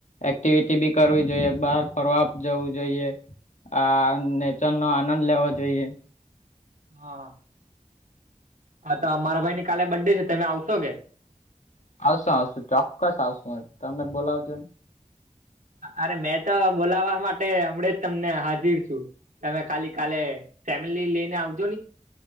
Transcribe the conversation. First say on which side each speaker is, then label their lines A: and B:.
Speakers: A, on the left; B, on the right.
A: એક્ટિવિટી બી કરવી જોઈએ, બહાર ફરવા જવું જોઈએ, આ નેચ નો આનંદ લેવો જોઈએ.
B: હ, હતો અમારા ભાઈ ની કાલે બડ ડે છે તમે આવશો કે?
A: આવશુ આવશું ચોક્કસ આવશુ તમે બોલાવજો ને.
B: અરે મે ત બોલાવા માટે હમડે જ તમને હાજિર છું. તમે ખાલી કાલે ફેમિલી લેઈને આવજો ની.